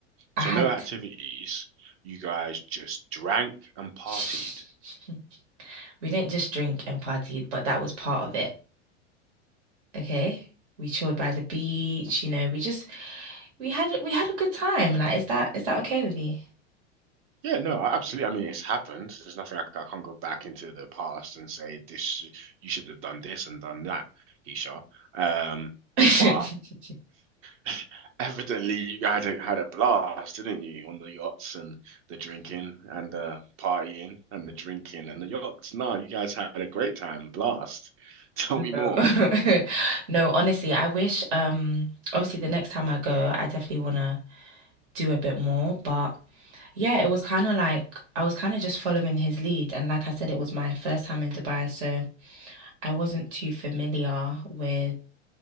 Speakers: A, on the right; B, on the right.
A: I
B: So
A: had
B: no activities. You guys just drank and partied.
A: <laughs> we didn't just drink and partied, but that was part of it. Okay? We chilled by the beach, you know, we just we had we had a good time. Like, is that is that okay with you?
B: Yeah, no, absolutely. I mean, it's happened. There's nothing I c- I can't go back into the past and say this. You should have done this and done that, Keisha. Um,
A: <laughs>
B: but <laughs> Evidently, you guys had a, had a blast, didn't you, on the yachts and the drinking and the partying and the drinking and the yachts. No, you guys had a great time, blast. <laughs> Tell
A: No.
B: me more.
A: <laughs> No, honestly, I wish um obviously the next time I go, I definitely wanna do a bit more. But yeah, it was kind of like I was kind of just following his lead. And like I said, it was my first time in Dubai, so I wasn't too familiar with,